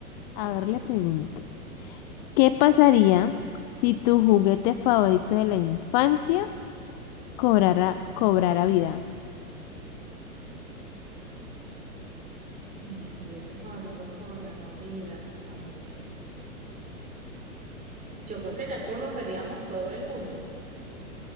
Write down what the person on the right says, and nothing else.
Si mi juguete favorito cobrara vida, a ver, yo creo que ya conoceríamos todo el mundo.